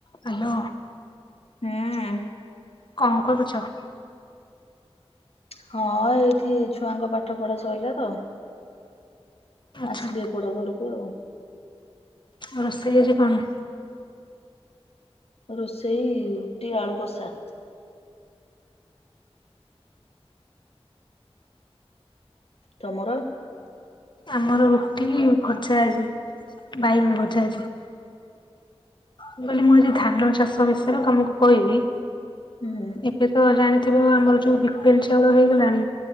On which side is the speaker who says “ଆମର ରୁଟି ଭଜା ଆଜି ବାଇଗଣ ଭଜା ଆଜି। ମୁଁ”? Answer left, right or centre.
Left